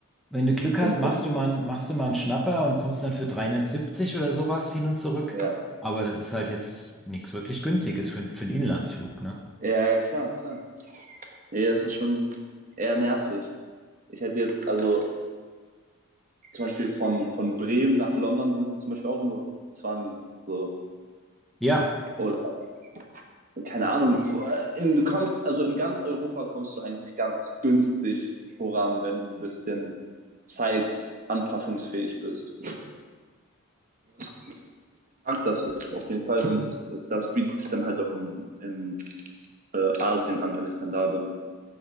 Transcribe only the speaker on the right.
von,
Br-
ja.
Ja, ja, klar, klar. Nee, das ist schon eher nervig. Ich hätte jetzt, also zum Beispiel von, von Bremen nach London sind es jetzt zum Beispiel auch nur 20, so.
Oder keine Ahnung, du kommst, also in ganz Europa kommst du eigentlich ganz günstig voran, wenn du ein bisschen zeitanpassungsfähig bist. Ich mag das auf jeden Fall und das bietet sich dann halt auch in, in äh, Asien an, wenn ich dann da bin.